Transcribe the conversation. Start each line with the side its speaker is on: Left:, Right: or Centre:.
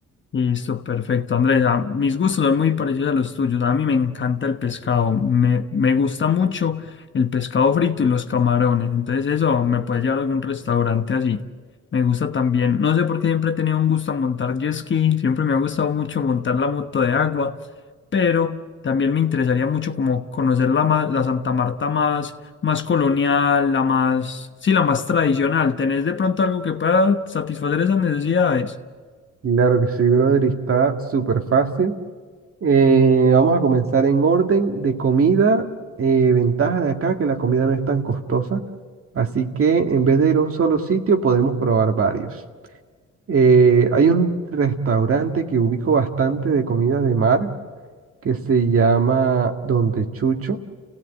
Left: Listo, perfecto. Andrea, mis gustos son muy parecidos a los tuyos. A mí me encanta el pescado. Me, me gusta mucho el pescado frito y los camarones. Entonces eso me puede llevar a algún restaurante así. Me gusta también, no sé por qué siempre he tenido un gusto a montar jet ski. Siempre me ha gustado mucho montar la moto de agua. Pero también me interesaría mucho como conocer la, ma- la Santa Marta más, más colonial, la más, sí, la más tradicional. ¿Tenés de pronto algo que pueda satisfacer esas necesidades?
Right: Claro que sí, brother, y está súper fácil. Eh, vamos a comenzar en orden de comida. eh, ventaja de acá que la comida no es tan costosa, así que en vez de ir a un solo sitio podemos probar varios. Eh, hay un restaurante que ubico bastante de comida de mar que se llama Donde Chucho,